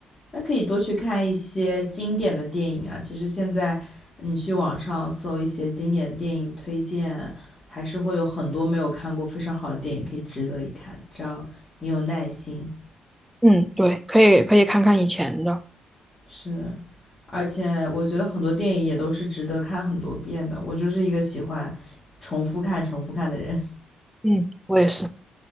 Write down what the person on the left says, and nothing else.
那可以多去看一些经典的电影啊。其实现在你去网上搜一些经典电影推荐，还是会有很多没有看过非常好的电影可以值得一看，只要你有耐心。
是，而且我觉得很多电影也都是值得看很多遍的。我就是一个喜欢重复看、重复看的人。